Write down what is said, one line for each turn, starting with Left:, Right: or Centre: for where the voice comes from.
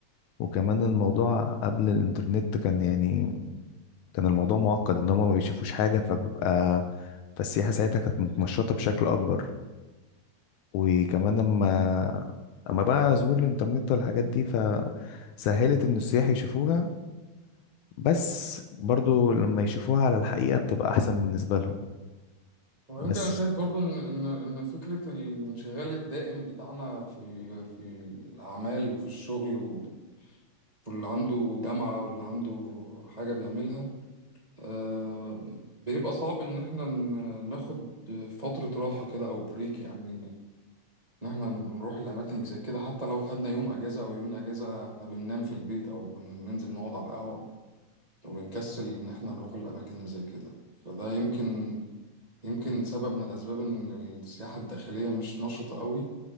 Left: وكمان الموضوع قبل الانترنت كان يعني كان الموضوع معقد ان هما ما بيشوفوش حاجة فبيبقى فالسياحة ساعتها كانت متنشطة بشكل اكبر وكمان اما اما بقى ظهور الانترنت والحاجات دي فسهلت ان السياح يشوفوها بس برضو لما يشوفوها على الحقيقة بتبقى أحسن بالنسبة لهم
Right: ويمكن
Left: بس
Right: انا شايف برضو ان ان ان فكره الانشغال الدائم بتاعنا في ال... في الاعمال وفي الشغل و... واللي عنده جامعه واللي عنده حاجه بيعملها آه، بيبقى صعب ان احنا ن- ناخد فترة راحة كده او بريك يعني ان احنا نروح الاماكن زي كده حتى لو خدنا يوم اجازة او يومين اجازة احنا بننام في البيت او بننزل نقعد على القهوة وبنكسل ان احنا نروح الاماكن اللي زي كده فده يمكن يمكن سبب من الاسباب ان السياحة الداخلية مش نشطة قوي